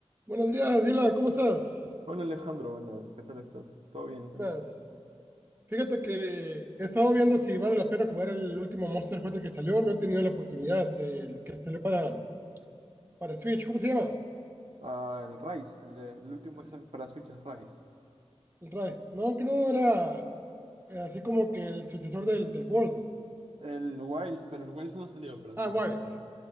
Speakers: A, on the right; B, on the right.
A: Buenos días, Dila, ¿cómo estás?
B: Hola Alejandro, buenas, ¿qué tal estás? ¿Todo bien?
A: Buenas.
B: ¿Y tú?
A: Fíjate que he estado viendo si vale la pena jugar el último Monster Hunter que salió. No he tenido la oportunidad. El que salió para, para Switch, ¿cómo se llama?
B: Ah, el Rise, el, de- el último
A: El,
B: es el- para Switch es Rise.
A: el Rise. No, que no era eh, así como que el sucesor del, del World.
B: El Wilds, pero el Wilds no salió para
A: Ah,
B: Switch
A: Wilds.
B: todavía.